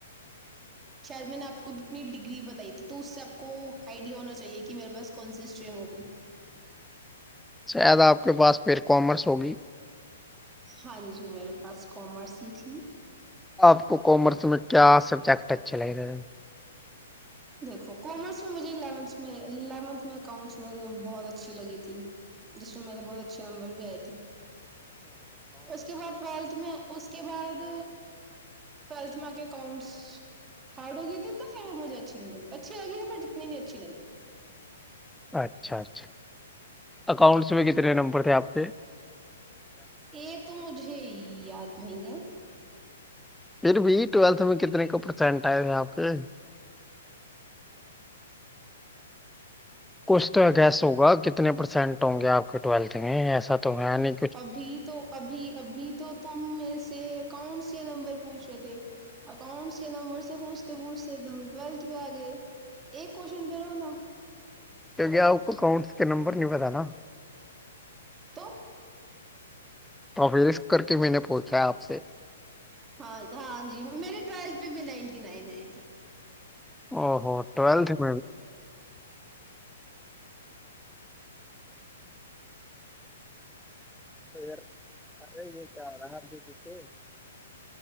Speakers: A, in the centre; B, on the right.
A: <unintelligible>
B: ਸ਼ਾਇਦ ਮੇਨੇ ਆਪਕੋ ਕਿਤਨੀ ਡਿਗਰੀ ਬਤਾਈ ਥੀ ਤੋ ਸਬਕੋ ਆਈਡੀਆ ਹੋਣਾ ਚਾਹੀਏ ਕਿ ਮੇਰੇ ਪਾਸ ਕੌਣ ਸੀ ਸਟਰੀਮ ਹੋਗੀ
A: ਸ਼ਾਇਦ ਆਪ ਕੇ ਪਾਸ ਫਿਰ ਕਾਮਰਸ ਹੋਗੀ
B: ਹਾਂਜੀ, ਮੇਰੇ ਪਾਸ ਕੋਮਰਸ ਹੀ ਥੀ
A: ਆਪ ਕੋ ਕੋਮਰਸ ਮੈਂ ਕਿਆ ਸਬਜੈਕਟ ਅੱਛਾ ਲਗੇਗਾ
B: ਦੇਖੋ ਕਮਰਸੈਂ ਮੁ ਇਵਥ ਇੈਵਨਥ ਮੈਂ ਅਕਾਊਂਟਸ ਬਹੁਤ ਅੱਛੀ ਲਗੀ ਥੀ ਜਿਸੇ ਮੇਰੇ ਬਹੁਤ ਅੱਛੇ ਨੰਬਰ ਵੀ ਆਏ ਥੇ ਉਸਕੇ ਬਾਅਦ ਟਵੈਲਥ ਮੈਂ ਉਸਕੇ ਬਾਅਦ ਟਵੈਲਥ ਮੈਂ ਆ ਕੇ ਅਕਾਊਂਟਸ ਹਾਰਡ ਹੋ ਗਈ ਥੀ ਤਾਂ ਫਿਰ ਉਹ ਮੁੇ ਅੱਛੀ ਲੱਗੀ ਅੱੀ ਲੱਗੀ ਬ ਇਨੀ ਨ ਅੱਛੀ ਲੱਗੀ
A: ਅੱਛਾ, ਅੱਛਾ ਅਕਾਊਂਟਸ ਮ ਕਿਤਨੇ ਨੰਬਰਥੇ ਆਪ ਦੇ
B: ਇਹ ਤੋਂ ਮੁਝੇ ਯਾਦ ਨਹੀਂ ਹ
A: ਫਿਰ ਵੀ ਟਵੈਲਥ ਮੇ ਕਿਤਨੇ ਪਰਸੈਟ ਆਏ ਆਪਕੇ ਕੁਛ ਤਾਂ ਗੈਸ ਹੋਗਾ, ਕਿਤਨੇ ਪਰਸੈਂਟ ਹੋਂਗੇ ਆਪ ਕੇ ਟਵੇਲਥ ਮੇ ਐਸਾ ਤੋ ਹੈ ਨੀ
B: ਅਭੀ ਤੋਂ ਅਭੀ ਅਭੀ ਤੋਂ ਤੁਮ ਮੇਰੇਸ ਅਕਾਊਂਟਸ ਨੰਬਰ ਪੂਛ ਰਹੇ ਥੇ ਅਕਾਊਂਟਸ ਕੇ ਨੰਬਰ ਪੁੂਛਤੇ- ਪੁੂਛਤੇ ਤੁਮ ਟਵੈਲਥ ਪੇ ਆ ਗਏ ਇਹ ਕੁਸਚਨ ਫਿਰੋ ਨਾ
A: ਦਿਵਿਆ ਆਪਕੋ ਅਕਾਊਂਟਸ ਕੇ ਨੰਬਰ ਨਹੀਂ ਪਤਾ ਨਾ
B: ਤੋ
A: ਤਾਂ ਫਿਰ ਰਿਸਕ ਕਰਕੇ ਮੈਂਨੇ ਪੁਛਾ ਆਪਸੇ
B: ਹਾਂ, ਹਾਂ ਜੀ ਮੇਰੀ ਟਵੈਲਥ ਵੀ ਨਾਇਨਟੀ ਨਾਇਨ ਏ
A: ਓਹੋ ਟਵੈਲਥ ਮੇ ਅਰੇ ਯੇ ਕਿਆ ਹੋ ਰਹਾ ਹੇ